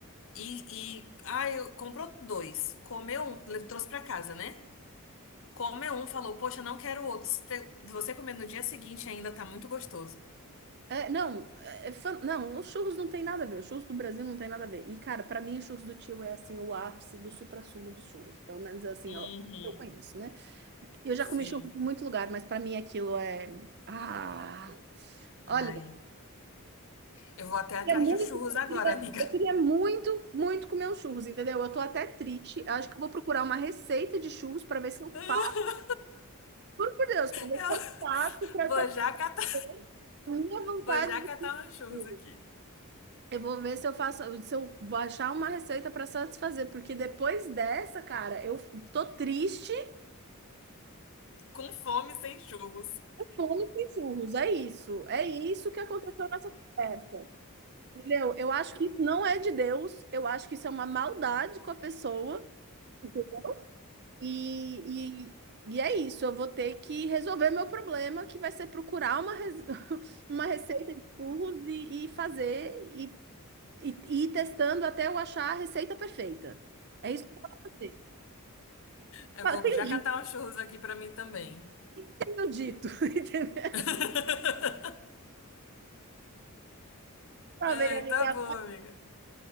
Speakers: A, on the left; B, on the right.
A: e, e ah, eu comprou dois, comeu um, le- trouxe pra casa, né? Comeu um, falou, poxa, não quero outro. Se te- você comer no dia seguinte ainda tá muito gostoso.
B: É, não, é, é fan- não, os churros não tem nada a ver, os churros do Brasil não tem nada a ver. E, cara, pra mim, os churros do tio é assim, o ápice do suprassumo dos churros. Pelo menos assim,
A: Uhum,
B: eu, eu conheço, né? Eu já
A: sim.
B: comi churros em muito lugar, mas pra mim aquilo é. Ah!
A: Ai,
B: Olha, eu
A: eu vou até atrás
B: queria muito,
A: de churros
B: eu
A: agora,
B: queria,
A: amiga.
B: eu queria muito, muito comer os churros, entendeu? Eu tô até triste. Acho que eu vou procurar uma receita de churros pra ver se eu
A: <laughs>
B: faço. Juro por Deus, pra ver
A: Eu
B: se eu faço pra
A: vou já catar.
B: satisfazer a minha vontade
A: Vou já
B: de
A: catar
B: comer.
A: uns churros aqui.
B: Eu vou ver se eu faço, se eu vou achar uma receita pra satisfazer, porque depois dessa, cara, eu tô triste,
A: Com fome, sem churros.
B: com fome e sem churros. É isso, é isso que aconteceu nessa conversa. Entendeu? Eu acho que isso não é de Deus, eu acho que isso é uma maldade com a pessoa. Entendeu? E, e, e é isso, eu vou ter que resolver meu problema, que vai ser procurar uma, res- <laughs> uma receita de churros e, e fazer, e, e, e ir testando até eu achar a receita perfeita. É isso que eu vou fazer.
A: Eu vou
B: Tenho
A: já
B: dito,
A: catar uns churros aqui pra mim também.
B: tenho dito, <laughs> entendeu?
A: <laughs>
B: Pra
A: Ai,
B: ver, amiga,
A: tá bom, amiga.